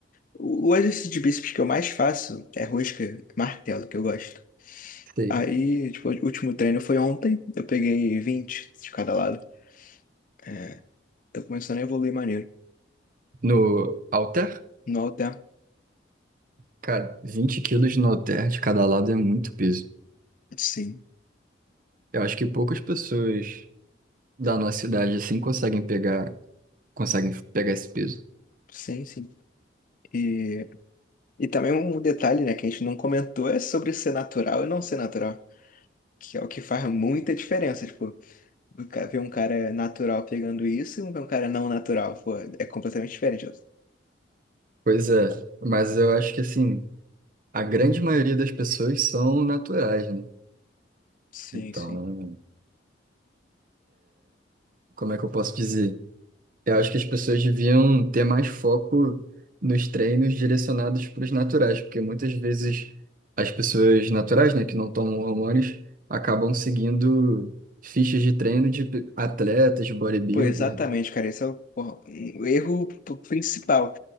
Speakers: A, on the left; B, on the right.
A: O o exercício de bíceps que eu mais faço é rosca, martelo, que eu gosto.
B: Sei.
A: Aí, tipo, o último treino foi ontem, eu peguei 20 de cada lado. É, tô começando a evoluir maneiro.
B: No halter?
A: No alter,
B: Cara, 20 quilos no halter de cada lado é muito peso.
A: sim,
B: Eu acho que poucas pessoas da nossa idade assim conseguem pegar, conseguem pegar esse peso.
A: sim, sim. E, e também um detalhe, né, que a gente não comentou é sobre ser natural e não ser natural, que é o que faz muita diferença, tipo, do ca- ver um cara natural pegando isso e ver um cara não natural, pô, é completamente diferente.
B: Pois
A: Uhum.
B: é, mas eu acho que assim. A grande maioria das pessoas são naturais, né?
A: Sim,
B: Então,
A: sim.
B: como é que eu posso dizer? Eu acho que as pessoas deviam ter mais foco nos treinos direcionados para os naturais, porque muitas vezes as pessoas naturais, né, que não tomam hormônios, acabam seguindo fichas de treino de atletas, de bodybuilder,
A: Pô, exatamente, cara. Esse é o, porra, o erro p- principal.